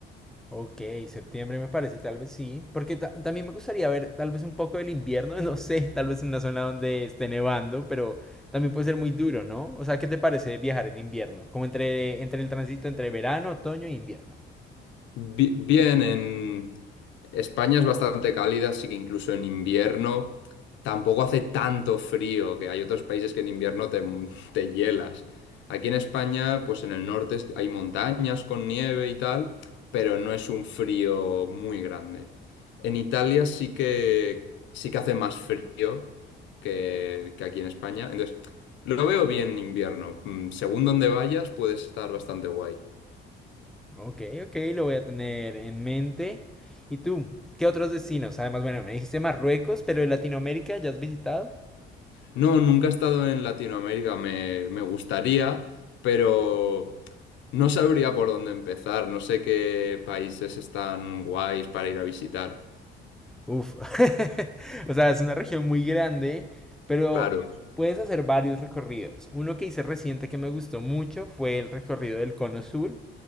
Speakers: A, in the centre; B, on the left.
A: Ok, septiembre me parece, tal vez sí, porque ta- también me gustaría ver tal vez un poco del invierno, <laughs> no sé, tal vez en una zona donde esté nevando, pero también puede ser muy duro, ¿no? O sea, ¿qué te parece viajar en invierno? Como entre, entre el tránsito entre verano, otoño e invierno.
B: Bi- Bien, en España es bastante cálida, así que incluso en invierno tampoco hace tanto frío, que hay otros países que en invierno te, te hielas. Aquí en España, pues en el norte es- hay montañas con nieve y tal, pero no es un frío muy grande. En Italia sí que, sí que hace más frío que, que aquí en España, entonces lo veo bien en invierno. Mm, Según donde vayas puedes estar bastante guay.
A: Ok, ok, lo voy a tener en mente. ¿Y tú? ¿Qué otros destinos? Además, bueno, me dijiste Marruecos, pero de Latinoamérica, ¿ya has visitado?
B: No, nunca he estado en Latinoamérica, me, me gustaría, pero no sabría por dónde empezar, no sé qué países están guays para ir a visitar.
A: Uf. <laughs> O sea, es una región muy grande, pero
B: Claro,
A: puedes hacer varios recorridos. Uno que hice reciente que me gustó mucho fue el recorrido del Cono Sur,